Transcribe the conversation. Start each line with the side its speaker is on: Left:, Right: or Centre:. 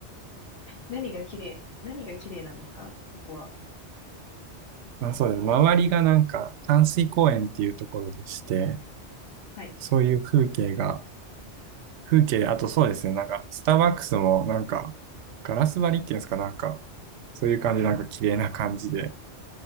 Left: 何が綺麗、何が綺麗なんですかそこは。
Right: <laughs> まあそうです。周りがなんか、淡水公園っていうところでして、
Left: はい。
Right: そういう風景が、風景、あとそうですね、なんか、スターバックスもなんか、ガラス張りっていうんですか、なんか、そういう感じ、なんか綺麗な感じで、